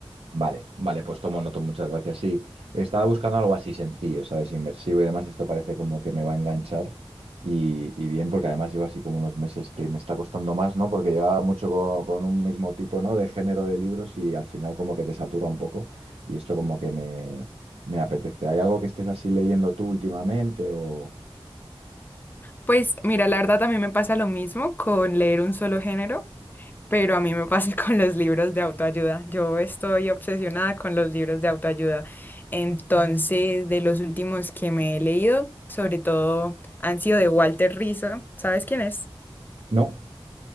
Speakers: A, on the right; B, on the left.
A: Vale, vale, pues tomo noto, muchas gracias. Sí, estaba buscando algo así sencillo, ¿sabes? Inmersivo y demás. Esto parece como que me va a enganchar y, y bien, porque además llevo así como unos meses que me está costando más, ¿no? Porque llevaba mucho co- con, un mismo tipo, ¿no? De género de libros y al final como que te satura un poco y esto como que me, me apetece. ¿Hay algo que estés así leyendo tú últimamente o...?
B: Pues mira, la verdad a mí me pasa lo mismo con leer un solo género, pero a mí me pasa <laughs> con los libros de autoayuda. Yo estoy obsesionada con los libros de autoayuda. Entonces, de los últimos que me he leído, sobre todo han sido de Walter Rizzo. ¿Sabes quién es?
A: No,